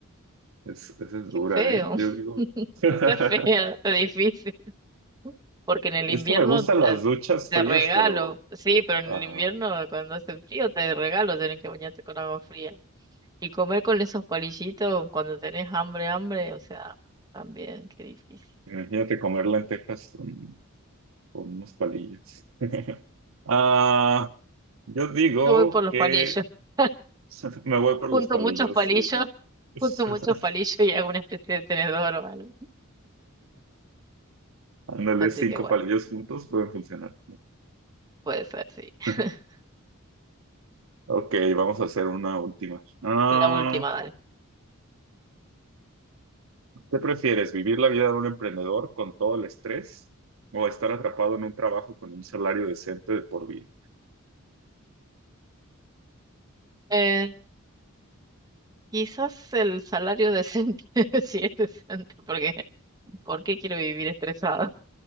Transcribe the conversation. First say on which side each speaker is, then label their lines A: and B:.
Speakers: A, on the right; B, on the right.
A: Es, esa es
B: Qué
A: dura,
B: feo.
A: ¿eh? Yo digo,
B: <laughs>
A: <laughs>
B: Está fea, está difícil. porque en el
A: es
B: invierno
A: que me gustan
B: eh,
A: las duchas
B: te
A: frías,
B: regalo,
A: pero,
B: sí, pero en
A: ajá,
B: el invierno cuando hace frío te regalo tener que bañarte con agua fría. Y comer con esos palillitos cuando tenés hambre, hambre, o sea, también qué difícil.
A: imagínate comer lentejas con con unos palillos. Ah, yo digo
B: Yo voy por los
A: que
B: palillos, <laughs>
A: <laughs> me voy por
B: junto
A: los palillos
B: muchos palillos,
A: y... <laughs>
B: junto muchos palillos y hago una especie de tenedor o algo.
A: Ándale,
B: Así
A: cinco
B: que bueno,
A: palillos juntos pueden funcionar.
B: puede ser, sí.
A: <laughs>
B: <laughs>
A: Ok, vamos a hacer una última. Ah,
B: La última, dale.
A: ¿qué prefieres, vivir la vida de un emprendedor con todo el estrés o estar atrapado en un trabajo con un salario decente de por vida?
B: Eh, quizás el salario decente, <laughs> si es decente, porque ¿por qué quiero vivir estresado?